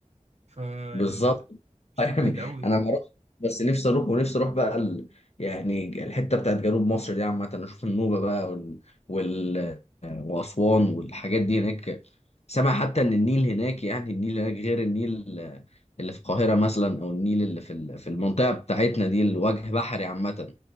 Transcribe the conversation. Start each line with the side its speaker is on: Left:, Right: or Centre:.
Right: ف
Left: بالظبط
Right: يعني مست-
Left: <laughs>
Right: مشوار
Left: يعني
Right: بعيد أوي
Left: انا ما اروح بس نفسي اروح ونفسي اروح بقى ال... يعني الحته بتاعت جنوب مصر دي عامه اشوف النوبه بقى وال... وال... واسوان والحاجات دي هناك سامع حتى ان النيل هناك يعني النيل هناك غير النيل اللي في القاهره مثلا او النيل اللي في ال- في المنطقه بتاعتنا دي الوجه بحري عامه